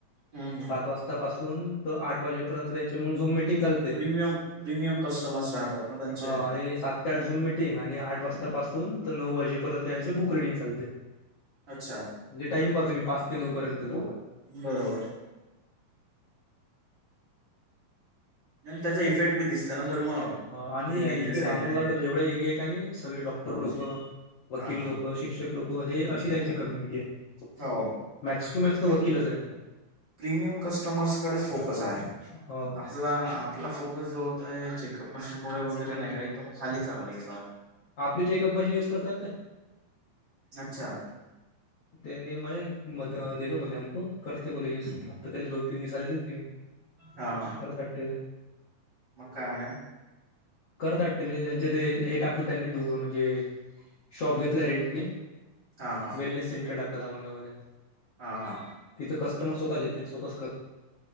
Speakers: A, on the right; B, on the left.
A: हम्म
B: सात
A: हम्म.
B: वाजतापासून तर आठ वाजेपर्यंत त्यांचे मग झूम मिटिंग चालते
A: हम्म. प्रिमियम कस्टमर्स राहतात ना त्यांचे.
B: हो आणि सात त्या अ झून मिटिंग आणि आठ वाजतापासून तर नऊ वाजेपर्यंत यांचे बुक रिडिंग चालते
A: अच्छा
B: म्हणजे टाईम पाहा तुम्ही पाच ते नऊ पर्यंतचा
A: बरोबर आणि त्याचा इफेक्ट बी दिसत ना सर मग
B: ह आणि
A: डेली एक्सरसाइज
B: इकडे धामणगावातला
A: आहे. हे.
B: जेवढा एरिया आहे का नाही सगळे डॉक्टर
A: हा
B: लोक वकील
A: हा हा.
B: लोक शिक्षक लोक हे अशी त्यांची कम्युनिटी आहे
A: हो
B: मॅक्स टू मॅक्स तो
A: ते
B: वकीलच आहे
A: प्रीमियम कस्टमर्सकडेच फोकस आहे
B: हो.
A: आपला आपला फोकस जो होता चेकअप मशीन मु वगैरे
B: हम्म.
A: नाही का एकदम खाली चालला गेला होता
B: आपली चेकअप मशीन युज करतय ते
A: अच्छा
B: त्यांनी मला म देतो बोले आमक करते बोलले य
A: हम्म.
B: आत्ता त्याले दोन तीन दिवस आले दिल ते मी
A: हा हा
B: <unintelligible>
A: मग काय म्हणे
B: करत त्यांचे ते हे टाकलं त्यांनी द म्हणजे शॉप घेतला रेंटने
A: हा हा.
B: वेलनेस सेंटर टाकलं धामणगाव मध्ये
A: हा हा
B: तिथे कस्टमर स्वतःचिथे स्वतच क